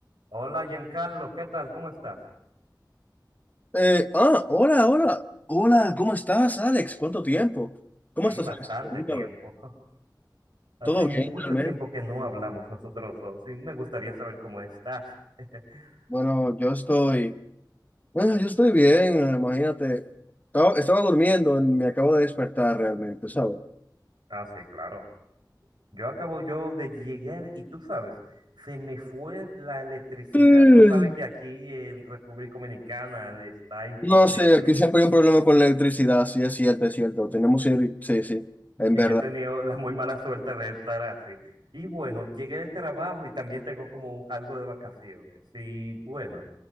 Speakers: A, on the right (about 75°); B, on the left (about 20°).
A: Hola Giancarlo, ¿qué tal? ¿Cómo estás?
B: Eh, ah, hola, hola. Hola, ¿cómo estás, Alex? ¿Cuánto tiempo? ¿Cómo
A: Sí,
B: estás,
A: bastante
B: Alex? Permítame.
A: tiempo. <laughs> Hace
B: ¿Todo
A: mucho
B: bien, realmente?
A: tiempo que no hablamos nosotros dos y me gustaría saber cómo estás. <laughs>
B: Bueno, yo estoy... Bueno, yo estoy bien, eh, imagínate. Estaba, estaba durmiendo y me acabo de despertar realmente, ¿sabes?
A: Ah, sí, claro. Yo acabo yo de llegar y tú sabes, se me fue la electricidad.
B: Mm.
A: Tú sabes que aquí en República Dominicana está imposible.
B: No sé, aquí siempre hay un problema con la electricidad, sí, es cierto, es cierto. Tenemos... que ir- Sí, sí, en
A: Y
B: verdad.
A: yo he tenido la muy mala suerte de estar así. Y bueno, llegué del trabajo y también tengo como algo de vacaciones. Y bueno.